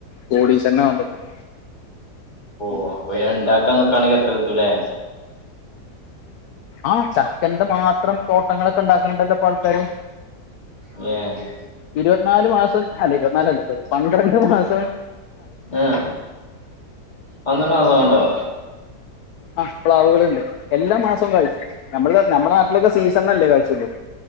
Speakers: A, on the left; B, on the left.
A: കോടിശ്വരൻ ആവാൻപറ്റും
B: ഓഹ് അപ്പൊനാ ഇണ്ടാക്കാൻനി ക്കാണെങ്കിഎത്ര കിട്ടൂല്ലേ
A: ആഹ് ചക്കന്റെ മാത്രം തോട്ടങ്ങളൊക്കെ ഇണ്ടാക്കണണ്ടല്ലോ ഇപ്പൊ ആൾക്കാര്
B: ഞ്ഞെഹ്
A: ഇര്വത് നാല് മാസം അല്ല ഇരുപത്നാലല്ലാ സോറി പന്ത്രണ്ട് മാസോം
B: ആഹ് പന്ത്രണ്ട് മാസ കൊണ്ടോ
A: ആഹ് പ്ലാവ്ള്ണ്ട് എല്ലാ മാസോം കായ്ച്ചും നമ്മള നമ്മ ളെ നാട്ടിലൊക്കെ സീസൺല്ലല്ലെ കായ് ച്ചള്ളൂ